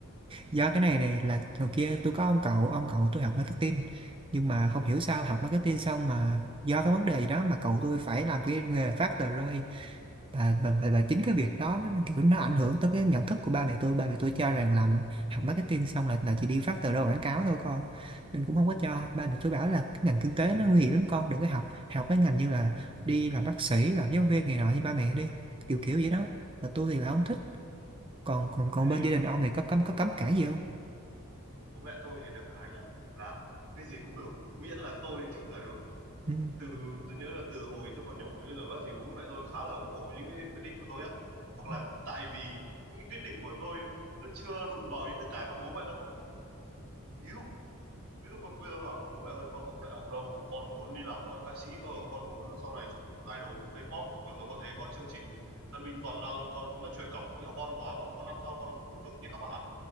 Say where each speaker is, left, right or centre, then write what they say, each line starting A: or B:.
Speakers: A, on the right (about 25°); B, on the right (about 85°).
A: do cái này này là hồi kia tôi có ông cậu ông cậu tôi học marketing nhưng mà không hiểu sao học marketing xong mà do cái vấn đề gì đó mà cậu tôi phải làm cái nghề phát tờ rơi và, và, và, và chính cái việc đó nó kiểu nó ảnh hưởng tới cái nhận thức của ba mẹ tôi ba mẹ tôi cho rằng làm học marketing xong là là chỉ đi phát tờ rơi quảng cáo thôi con nên cũng không có cho ba mẹ tôi bảo là cái ngành kinh tế nó nguy hiểm lắm con đừng có học học mấy ngành như là đi làm bác sĩ làm giáo viên này nọ như ba mẹ đi kiểu kiểu vậy đó mà tôi thì là không thích còn còn còn
B: thế
A: bên gia đình ông thì có cấm có cấm cản gì không
B: bố mẹ tôi thì được cái nhá là cái gì cũng được miễn là tôi thích là được
A: ừ.
B: từ tôi nhớ là từ hồi tôi còn nhỏ đến bây giờ á, thì bố mẹ tôi khá là ủng hộ những cái quyết định của tôi á hoặc
A: Ừ.
B: là tại vì những cái quyết định của tôi nó chưa đụng vào những cái cái mà bố mẹ tôi không thích ví dụ ví dụ mà bây giờ tôi bảo bố mẹ ơi con không học đại học đâu con muốn đi làm ờ, ca sĩ cơ con muốn là sau này trở thành một idol K-pop vừa rồi con thấy có chương trình Tân binh toàn năng con nó truyền cảm hứng cho con quá con muốn năm sau con cũng được như các bạn